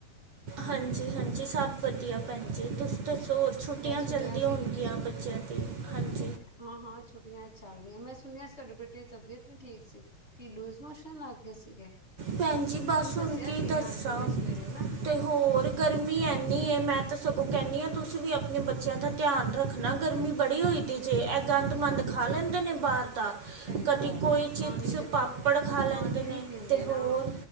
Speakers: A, on the right; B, on the left.
A: ਹਾਂਜੀ-ਹਾਂਜੀ ਸਭ ਵਧੀਆ ਭੈਣ ਜੀ, ਤੁਸੀਂ ਦੱਸੋ ਹੋ ਛੁੱਟੀਆਂ
B: ਮੈਂ ਸੁਣਿਆ
A: ਚੱਲਦੀਆਂ ਹੋਣਗੀਆਂ ਬੱਚਿਆਂ ਦੀ ਹਾਂਜੀ।
B: ਹਾਂ-ਹਾਂ ਛੁੱਟੀਆਂ ਚੱਲ ਰਹੀਆਂ। ਮੈਂ ਸੁਣਿਆ ਤੁਹਾਡੇ ਬੇਟੇ ਦੀ ਤਬੀਅਤ ਨੀ ਠੀਕ ਸੀ। ਕੀ ਲੂਜ਼ ਮੋਸ਼ਨ ਲੱਗ ਗਏ ਸੀਗੇ, ਮੈਨੂੰ
A: ਭੈਣ ਜੀ ਬਸ
B: ਦੱਸਿਆ
A: ਹੁਣ ਕੀ
B: ਸੀ
A: ਦੱਸਾਂ
B: ਆਂਟੀ ਨੇ ਸਵੇਰੇ ਨਾ।
A: ਤੇ ਹੋਰ ਗਰਮੀ ਐਨੀ ਏ, ਮੈਂ ਤਾਂ ਸਗੋਂ ਕਹਿੰਦੀ ਆ ਤੁਸੀਂ ਵੀ ਆਪਣੇ ਬੱਚਿਆਂ ਦਾ ਧਿਆਨ ਰੱਖਣਾ ਗਰਮੀ ਬੜੀ ਹੋਈ ਦੀ ਜੇ, ਐਹ ਗੰਦ-ਮੰੰਦ ਖਾ ਲੈਂਦੇ ਨੇ ਬਾਰ ਦਾ
B: ਸਹੀ
A: ਕਦੀ
B: ਗੱਲ
A: ਕੋਈ
B: ਏ
A: ਚਿਪਸ,
B: ਪਾਣੀ ਦੇਖੋ
A: ਪਾਪੜ ਖਾ ਲੈਂਦੇ
B: ਪਾਣੀ
A: ਨੇ।
B: ਨੀ ਪੀਂਦੇ
A: ਤੇ ਹੋਰ,
B: ਨਾ